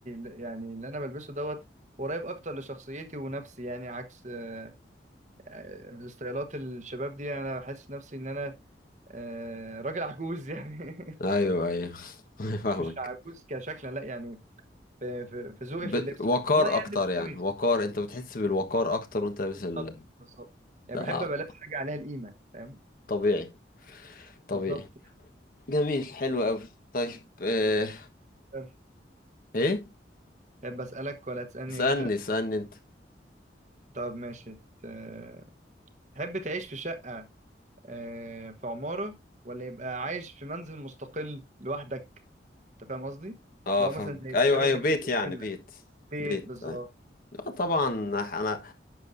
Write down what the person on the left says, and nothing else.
ايوه ايوه <laughs> فاهمك
بت...
وقار
اكتر
يعني
وقار انت بتحس بالوقار اكتر وانت لابس
ال...
لا
طبيعي طبيعي
جميل حلو قوي طيب آه...
ايه
اسالني
اسالني انت
اه
فاهمك
ايوه
ايوه
بيت
يعني بيت
بيت
أيوة. اه طبعا انا